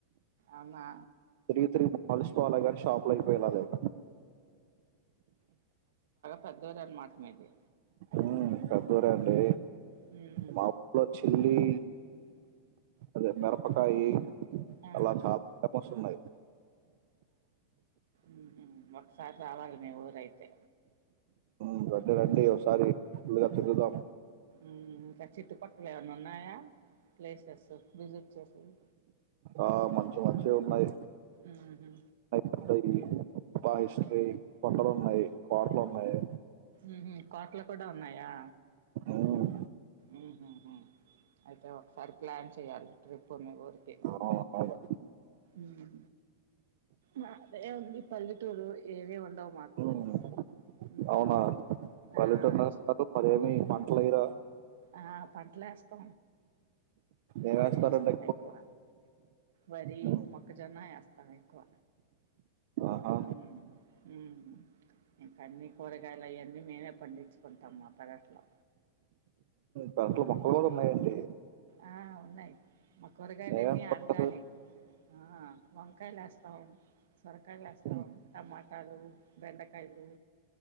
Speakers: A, on the right; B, on the right.
A: అమా
B: తిరిగి తిరిగి అలసిపోవాలే గాని షాప్లు అయిపోయేలా లెవ్
A: పెద్దూరే అనమాట మీది
B: ఉమ్ పెద్దూరే అండి
A: హ్మ్.
B: మా ఊల్లో చిల్లి అదే మిరపకాయ్
A: ఆ!
B: అల కపమోస్తున్నాయి
A: ఉహు ఒకసారి రావాలి మీ ఊరైతే
B: ఉమ్ రండి
A: హ్మ్.
B: రండి ఓసారి ఫుళ్ళుగా తిరుగుదాం
A: ఉహు ఇంకా చుట్టుపక్కల ఏమన్న ఉన్నాయా ప్లేసెస్ విజిట్ చేసేవీ
B: ఆ మంచి మంచి ఉన్నాయి
A: ఉహు
B: అద్దయి బా హిస్ట్రీ కొండలు ఉన్నాయి కోటలు ఉన్నాయి
A: ఉహు కోట్లు కూడా ఉన్నాయా
B: మ్మ్.
A: ఉహ్ అయితే ఒకసారి ప్లాన్ చేయ్యాలి ట్రిప్పునే కోరి తే
B: అవును, అవును.
A: ఉ మదేముంది పల్లెటూరు ఏవి ఉండవు మాకు
B: మ్మ్.
A: హ్మ్.
B: అవునా పల్లెటన్నారు
A: ఆ! చ్
B: మరేమి పంటలు ఎయిర
A: ఆ ప్యాంట్లేస్త
B: ఏం
A: వరి
B: వేస్తారండి
A: ఎస్తాం ఎక్కువ వరి
B: మ్మ్.
A: మొక్కజొన్న ఏస్తాం ఎక్కువ
B: ఆహా
A: ఉమ్ ఉమ్ ఇంకా అన్నీ కూరగాయలు ఆయనీ మేమే పండించుకుంటాం మా పెరట్లో
B: దాంట్లో మొక్కలు కూడా ఉన్నాయండి
A: ఆ ఉన్నాయి మా కూరగాయలన్నీ
B: ఏమేమి కొనుక్కోరు?
A: ఆర్గానిక్ ఆ వంకాయలు వేస్తాం సొరకాయలు వేస్తాం
B: ఉమ్,
A: టమాటలు బెండ కాయలు